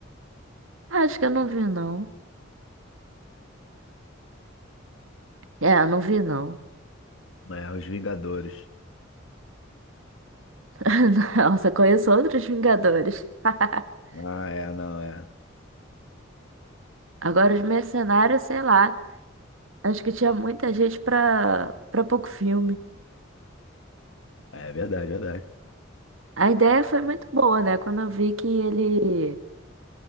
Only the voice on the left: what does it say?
né? Os Vingadores.
Ah, é, não, é.
É verdade, verdade.